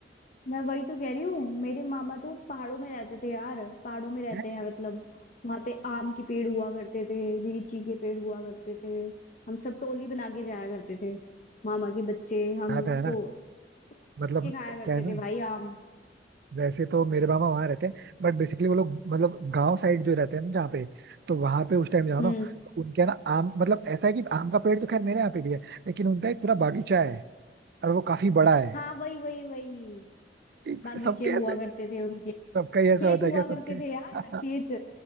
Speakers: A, on the left; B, on the right.
A: मैं वही तो कह रही हूँ मेरे मामा तो पहाड़ों में रहते थे यार पहाड़ों में रहते
B: है
A: हैं मतलब वहां पे आम के पेड़ हुआ करते थे लीची के पेड़ हुआ करते थे हम सब टोली बना के जाया करते थे मामा के बच्चे हम
B: बात है
A: तो
B: ना
A: तोड़ तोड़
B: मतलब
A: के खाया करते
B: क्या है ना
A: थे भाई आम
B: वैसे तो मेरे मामा वहां रहते हैं बट बेसिकली वो लोग मतलब गांव साइड जो रहते हैं ना जहाँ पे तो वहां पे उस टाइम जाओ
A: हम्म
B: ना तो उनके यहाँ ना आम मतलब ऐसा है कि आम का पेड़ तो खैर मेरे यहाँ पे भी है लेकिन उनका एक पूरा बागीचा है और वो काफी बड़ा है
A: हाँ वही वही वही
B: एक-
A: बागीचे
B: सबके
A: हुआ
B: ऐसे
A: करते थे उनके
B: सबका ही ऐसा
A: खेत
B: होता
A: हुआ
B: है क्या
A: करते
B: सबके
A: थे
B: <laughs>
A: यार खेत